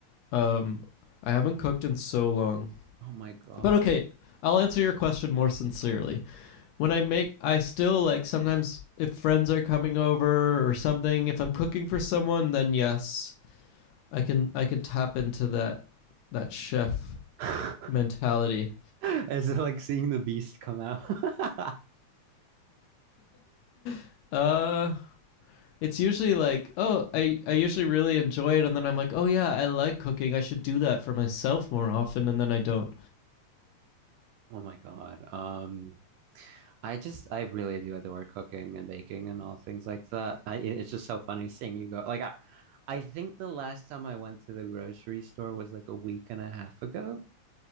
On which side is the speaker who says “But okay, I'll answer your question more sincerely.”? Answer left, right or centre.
Left